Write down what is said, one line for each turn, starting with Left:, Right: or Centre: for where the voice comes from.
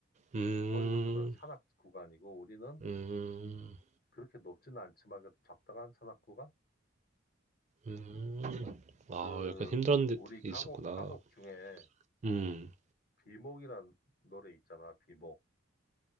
Right: 음,
Left: 거기부터는 산악 구간이고 우리는
Right: 음.
Left: 그렇게 높지는 않지만 그래도 적당한 산악 구간?
Right: 음. 아,
Left: 그
Right: 약간 힘든 데
Left: 우리
Right: 있었구나.
Left: 가곡 가곡 중에
Right: 음.
Left: 비목이란 노래 있잖아. 비목.